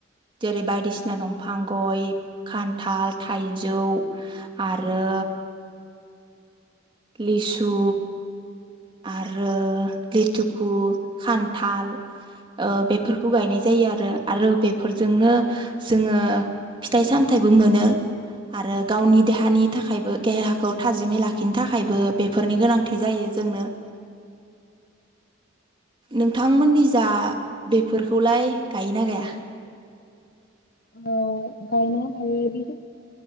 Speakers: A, on the right (about 25°); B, on the left (about 50°).
A: जेरै बायदिसिना दंफां गय, खान्थाल, थाइजौ आरो लिसु आरो लिथुखु खान्थाल ओ बेफोरखौ गायनाय जायो आरो। आरो बेफोरजोंनो जोङो फिथाइ सामथायाइबो मोनो आरो गावनि देहानि थाखायबो देहाखौ थाजिमै लाखिनो थाखायबो बेफोरनि गोनांथि जायो जोंनो। नोंथांमोननि जा बेफोरखौलाय गायोना गाया?
B: औ गायनो हायो बि